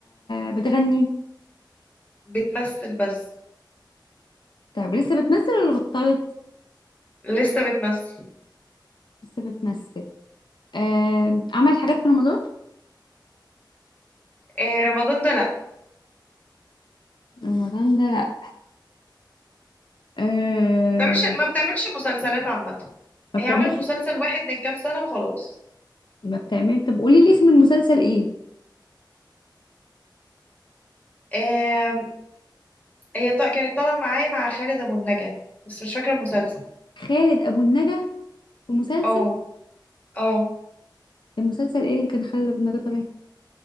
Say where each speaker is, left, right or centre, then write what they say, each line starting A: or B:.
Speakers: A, on the left; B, on the left.
A: بتغني
B: بتمثل بس
A: طب لسه بتمثل ولا بطلت
B: لسه بتمثل
A: لسه بتمثل آه عملت حاجات في رمضان
B: آه رمضان ده لا
A: رمضان ده لا آه
B: بتعملش ما بتعملش مسلسلات عامه
A: ما
B: هي
A: بتعملش
B: عملت مسلسل واحد من كام سنه وخلاص
A: ما بتعمل طب قولي لي اسم المسلسل ايه
B: آه هي طا... كانت طالعة معايا مع خالد أبو النجا بس مش فاكرة المسلسل
A: خالد ابو النجا في مسلسل
B: اه اه
A: المسلسل ايه اللي كان خالد ابو النجا طالع